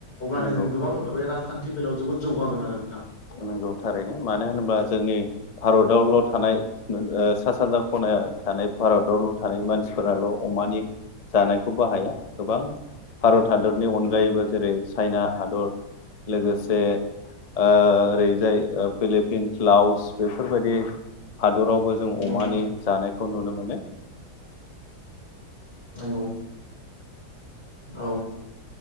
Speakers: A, on the left; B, on the left.
A: अब्लनो
B: नंगौ
A: जों गोबां बे रांखान्थि बेलायाव जोबोद जौगागोन आरो नोंथां
B: नंगौ थारैनो मानो होनोबा जोंनि भारतावल' थानाय सा सानजा खनायाव थानाय भारतावल' थानाय मानसिफोराल' अमानि जानायखौ बाहाया गोबां भारत हादरनि अनगायैबो जेरै चाइना हादर लोगोसे ओरैजाय फिलिपिन क्लाउस बेफोरबायदि हादरावबो जों
A: नोंथां
B: अमानि जानायखौ नुनो मोनो
A: नंगौ औ